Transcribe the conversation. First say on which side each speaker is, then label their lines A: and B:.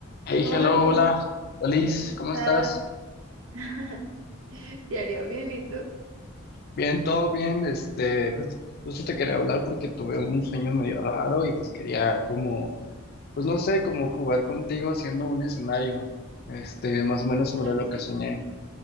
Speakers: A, on the left; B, on the right.
A: Hey,
B: Hola,
A: hello, hola, Alice,
B: ¿cómo estás?
A: ¿cómo estás?
B: <laughs> Diario, bien, ¿y tú?
A: Bien, todo bien. Este, justo, justo te quería hablar porque tuve un sueño medio raro y pues quería como, pues no sé, como jugar contigo haciendo un escenario, este, más o menos sobre
B: Ah,
A: lo
B: sí.
A: que soñé.